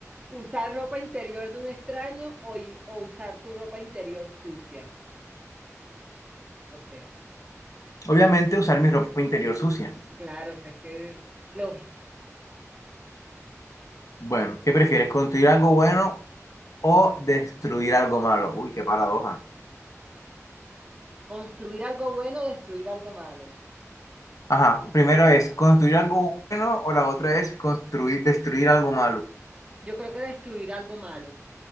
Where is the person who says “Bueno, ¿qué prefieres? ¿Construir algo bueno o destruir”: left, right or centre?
Left